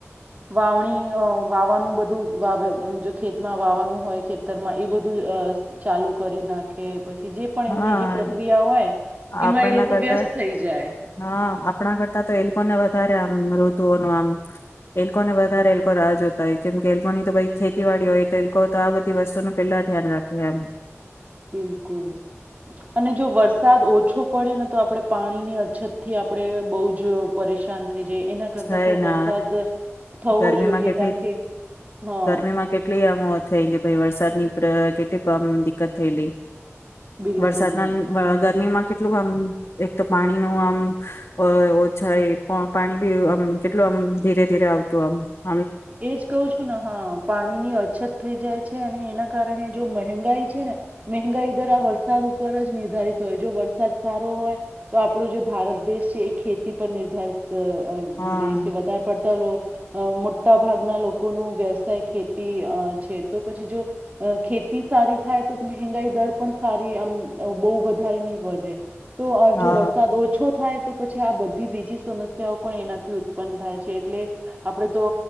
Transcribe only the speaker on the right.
વાવણી અહ વાવવાનું બધું વાવે અહ જો ખેતમાં જે વાવવાનું હોય ખેતરમાં એ બધું અહ ચાલુ કરી નાખે પછી જે પણ
એમની જે પ્રક્રિયા હોય
એમાં એ લોકો
વ્યસ્ત થઈ જાય
બિલકુલ અને જો વરસાદ ઓછો પડે ને તો આપણે પાણીની અછતથી આપણેે બહુ જ પરેશાન થઈ જાય એના કરતા
તો
વરસાદ થવો
જોઈએ
કારણ કે હા
બિલકુલ
એજ કહું છું ને હા પાણી ની અછત થઈ જાય છે અને એના કારણે જો મહેંગાઈ છે, ને મહેંગાઈ દરા આ વરસાદ ઉપર જ નિર્ધારિત હોય, જો વરસાદ સારો હોય તો આપણું જે ભારત દેશ છે એ ખેતી પર નિર્ધારિત અહ અહ
દેશથી વધારે પડતા લોક અહ મોટ ટા ભાગના લોકો નું વ્યવસાય ખેતી અહ છે. તો પછી જો અહ ખેતી સારી થાય તો મહેંગાઈ દર પણ સારી આમ બહુ વધારે નહી વધે. તો અહ
જો વરસાદ ઓછો થાય તો પછી આ બધી બીજી સમસ્યાઓ પણ એનાથી ઉ ત્પન્ન થાય છે એટલે આપડે તો.